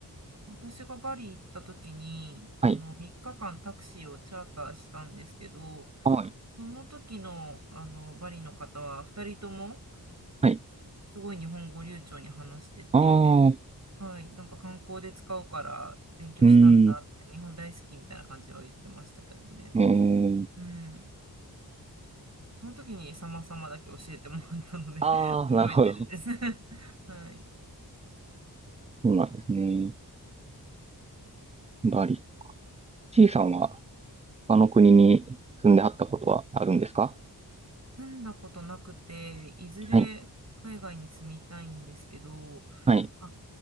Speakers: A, on the right; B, on the right.
A: 私がバリ行った時に、あの、
B: はい。
A: 3日間タクシーをチャーターしたんですけど、
B: はい。
A: その時の、あの、バリの方は2人とも
B: はい。
A: すごい日本語流暢に話してて、
B: ああ、
A: はい、なんか観光で使うから勉強したんだ、
B: うーん。
A: みたいな日本大好きみたいな感じは言ってましたけどね。
B: えー、
A: うん。そうそうそうその時に様々だけ教えてもらったので
B: ああ、
A: <laughs> 覚えてるんです
B: なるほど。
A: <laughs> はい。
B: そうなんですね。バリ、C さんは他の国に住んではったことはあるんですか
A: 住んだことなくて、いずれ海外に住みたいんですけど、
B: はい。はい。
A: あ、